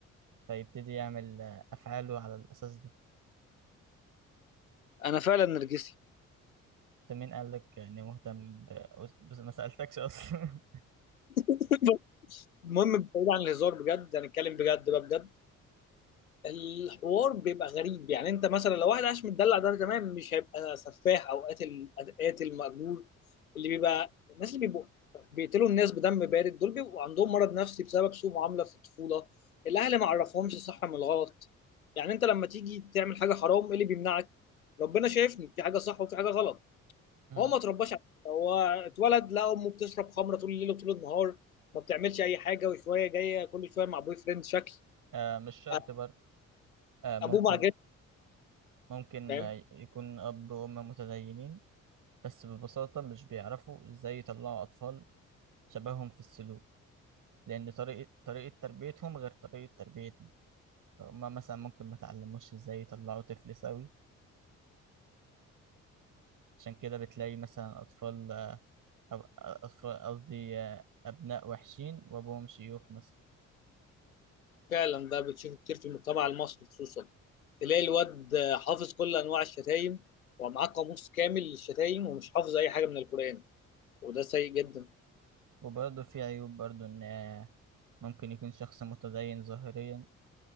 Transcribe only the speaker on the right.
فيبتدي يعمل آه، أفعاله على الأساس ده
أنت مين قال لك إني مهتم ب... بس ما سألتكش أصلا
<laughs> مم.
آه مش شرط
برضه آه ممكن
ممكن
آه، يكون أب وأم متدينين بس ببساطة مش بيعرفوا إزاي يطلعوا أطفال شبههم في السلوك لأن طريقة طريقة تربيتهم غير طريقة تربيتنا فهم مثلا ممكن ما تعلموش إزاي يطلعوا طفل سوي عشان كده بتلاقي مثلا أطفال أو- أطفال قصدي آه، أبناء وحشين وأبوهم شيوخ مثلا
وبرضه في عيوب برضه إن آه، ممكن يكون شخص متدين ظاهريا